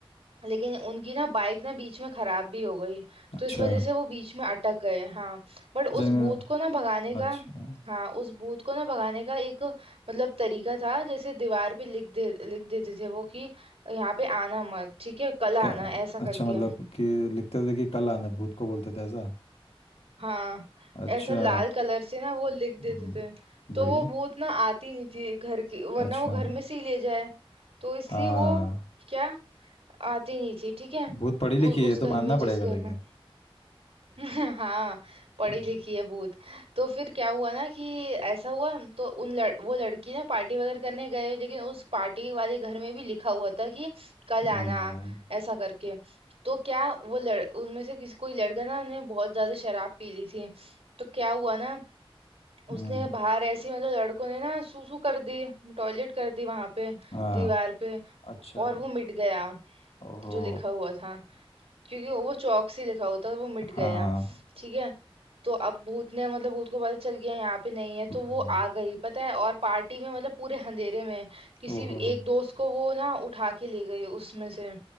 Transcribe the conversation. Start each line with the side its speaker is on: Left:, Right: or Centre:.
Right: लेकिन उनकी ना बाइक ना बीच में खराब भी हो गई
Left: अच्छा
Right: तो इस वजह से वो बीच में अटक गए हाँ बट उस
Left: जगह
Right: भूत को ना भगाने का
Left: अच्छा
Right: हाँ उस भूत को ना भगाने का एक मतलब तरीका था जैसे दीवार पे लिख दे लिख देते थे वो कि यहाँ पे आना मत ठीक है कल आना
Left: क्या
Right: ऐसा
Left: अच्छा
Right: करके
Left: मतलब कि लिखते थे कि कल आना भूत को बोलते थे ऐसा
Right: हाँ
Left: अच्छा
Right: ऐसा लाल कलर से ना वो लिख देते
Left: हम्म,
Right: थे तो
Left: बढ़िया
Right: वो भूत ना आती नहीं थी घर की वरना
Left: अच्छा
Right: वो घर में से ही ले जाए तो इसलिए
Left: हाँ
Right: वो क्या आती नहीं थी ठीक है
Left: भूत पढ़ी लिखी
Right: उ, उस
Left: है ये
Right: घर
Left: तो मानना
Right: में
Left: पड़ेगा
Right: जिस घर
Left: लेकिन
Right: में <laughs> हाँ पढ़ी
Left: हम्म
Right: लिखी है भूत तो फिर क्या हुआ ना कि ऐसा हुआ हम तो उन लड़, वो लड़की ना पार्टी वगैरह करने गए लेकिन उस पार्टी वाले घर में भी लिखा हुआ था कि कल आना
Left: हम्म
Right: ऐसा करके तो क्या वो लड़ उनमें से किसी कोई लड़का ना ने बहुत ज्यादा शराब पी ली थी तो क्या हुआ ना उसने
Left: हम्म,
Right: बाहर ऐसे मतलब लड़कों ने ना सूसू कर दी टॉयलेट कर दी वहां पे
Left: हाँ
Right: दीवार पे
Left: अच्छा
Right: और वो मिट गया
Left: ओहो
Right: जो लिखा हुआ था क्योंकि वो चौक से लिखा हुआ था वो मिट
Left: हाँ
Right: गया ठीक है तो अब भूत ने मतलब भूत को पता चल गया यहाँ पे नहीं है तो
Left: हम्म
Right: वो आ गई पता है और पार्टी में मतलब पूरे अंधेरे में किसी
Left: ओहो
Right: एक दोस्त को वो ना उठा के ले गई उसमें से